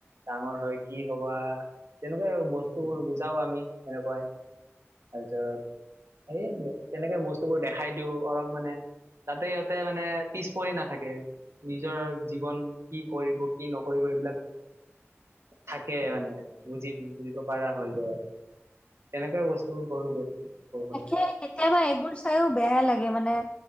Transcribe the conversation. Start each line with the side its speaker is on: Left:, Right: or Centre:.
Right: ডাঙৰ। হয় কি হ'বা তেনেকুৱা বস্তুবোৰ বুজাওঁ আমি এনেকুৱাই। তাৰপিছত সে তেনেকে বস্তুবোৰ দেখাই দিওঁ অলপ মানে। তাতে ইহঁতে মানে পিছ পৰি নাথাকে নিজৰ জীৱন কি। কৰিব কি নকৰিব এইবিলাক থাকে মানে বুজি। বুজিব পাৰা হৈ যায় এনেকুৱা বস্তুবোৰ কৰোঁ দিয়কচোন। সৰু সুৰা
Left: তাকে কেতিয়াবা এইবোৰ চাইও বেয়া লাগে মানে।